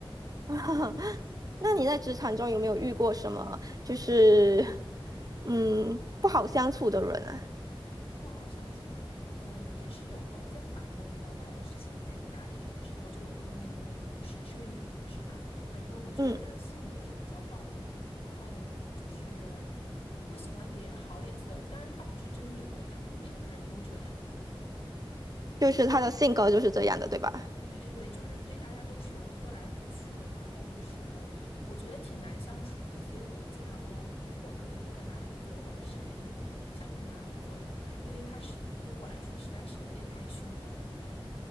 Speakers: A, on the right (about 40°); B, on the left (about 85°).
A: <laughs> 那你在职场中有没有遇过什么就是嗯不好相处的人啊？
B: 不好相处啊，呃，也是有的。我在法国没有，但是我之前在意大利的时候就有碰见一位同事，是位女同事吧。反正我觉得她的性格就比较暴虐，
A: 嗯，
B: 然后就是不喜欢给人好脸色。当然，她不是针对我，她对每个人都这样。
A: 就是他的性格就是这样的，对吧？
B: 对对对，就是对大家都是和来互去的，然后就是我觉得挺难相处的，所以我尽量都如果可以不跟他合作，我是肯定不不想跟他合作的，因为他是对于我来说实在是有点太凶了。对，